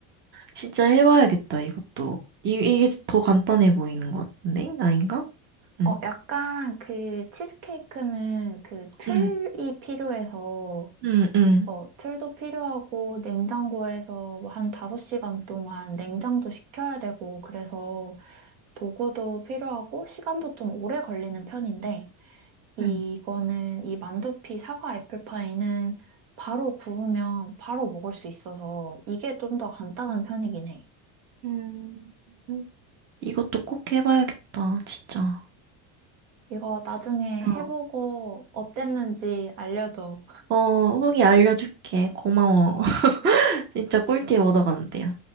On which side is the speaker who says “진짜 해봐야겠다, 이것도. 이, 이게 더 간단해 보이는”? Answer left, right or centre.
Right